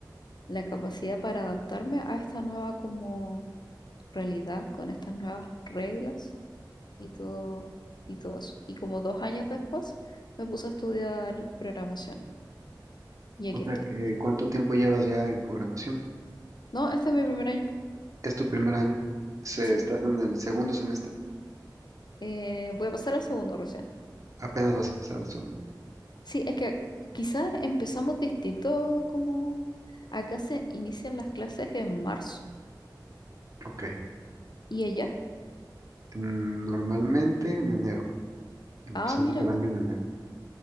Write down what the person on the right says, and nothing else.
O sea,
que ¿cuánto tiempo llevas ya en programación?
Es tu primer año, se,
estás en el segundo semestre,
apenas vas a pasar al segundo.
Ok.
Mm, Normalmente en enero. Empezamos
el año en enero.